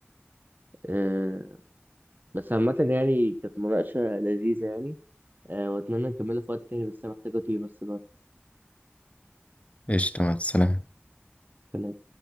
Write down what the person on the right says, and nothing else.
آه بس عامة يعني كانت مناقشة لذيذة يعني آه، واتمنى نكملها في وقت تاني بس انا محتاج اطير بس دلوقتي
سلام.